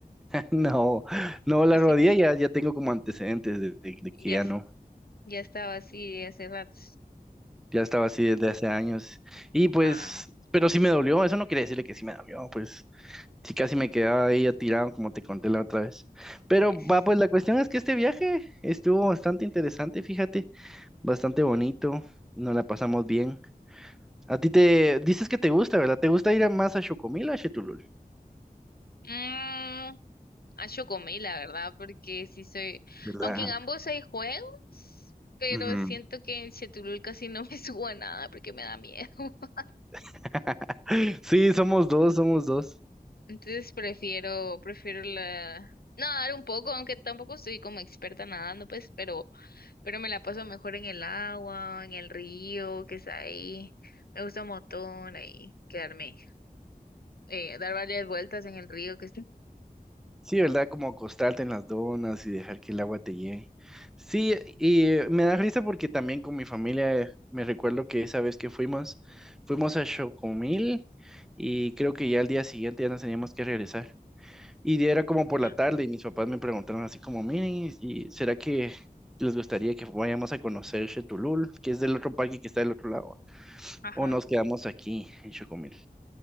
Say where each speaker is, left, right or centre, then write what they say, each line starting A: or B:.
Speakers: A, in the centre; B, on the left.
A: No, no, la
B: O sea,
A: rodilla ya, ya tengo como antecedentes de, de- de
B: ya
A: que ya no,
B: Ya estaba así hace rato.
A: ya estaba así desde hace años. Y pues,
B: Ah,
A: pero sí me dolió, eso no quería decirle que sí me dolió, pues sí casi me quedaba ahí tirado como te conté la otra vez. Pero
B: es.
A: va, pues la cuestión es que este viaje estuvo bastante interesante, fíjate, bastante bonito, nos la pasamos bien. A ti te dices que te gusta, ¿verdad? ¿Te gusta ir a- más a Xocomil o a Chetulul?
B: Mm, ah, yo comí, la verdad, porque sí soy.
A: ¿Verdad?
B: Aunque en ambos hay juegos, pero
A: Ujú.
B: siento que en Chetulul casi no me <laughs> subo a nada porque me da miedo. <laughs>
A: <laughs> Sí, somos dos, somos dos.
B: Entonces prefiero, prefiero la. Nadar un poco, aunque tampoco soy como experta nadando, pues, pero, pero me la paso mejor en el agua, en el río, que está ahí. Me gusta un montón ahí quedarme, eh, dar varias vueltas en el río que está.
A: Sí, ¿verdad? Como acostarte en las donas y dejar que el agua te llegue. Sí, y eh, me da risa porque también con mi familia eh, me recuerdo que esa vez que fuimos, fuimos a Chocomil y creo que ya al día siguiente ya nos teníamos que regresar. Y era como por
B: <laughs>
A: la tarde y mis papás me preguntaron así como, miren, ¿y será que les gustaría que vayamos a conocer Chetulul, que es del otro parque que está del otro lado?
B: Ajá,
A: ¿O nos quedamos aquí en Chocomil?